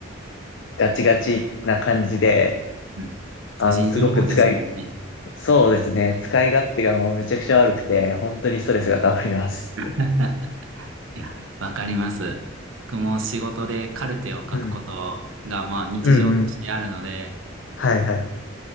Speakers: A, on the left; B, on the right.
A: ガチガチな感じで、
B: うん。
A: あの、
B: 個人情報ですもんね。
A: すごく使いそうですね。使い勝手がもうめちゃくちゃ悪くて、本当にストレスが溜まります。
B: <laughs> いや、わかります。僕も仕事でカルテを書くことが、
A: うん。
B: まあ日常としてあるので、
A: うんうん。はいはい。